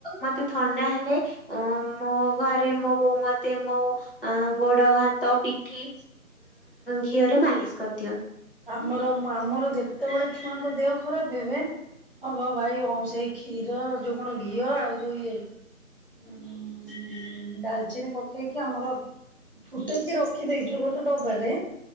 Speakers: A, on the left; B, on the right.
A: ମତେ ଥଣ୍ଡା ହେଲେ ଅ ମୋ ଘରେ ମୋ ବୋଉ ମତେ ମୋ ଅ ଗୋଡ ହାତ ପିଠି ଘିଅରେ ମାଲିସ କରିଦ
B: ଆମର ଆମର ଯେତେବେଳେ ଛୁଆଙ୍କ ଦେହ ଖରାପ ହେବେ ହଁ ଭ ଭାଇ ଅଉ ସେଇ ଖୀର ଯଉ କଣ ଘିଅ ଆଉ ଯଉ ଇଏ ହୁଁ । ଡାଲଚିନି ପକେଇକି, ଆମର ଫୁଟେଇକି ରଖିଦେଇଛୁ ଗୋଟେ ଡବାରେ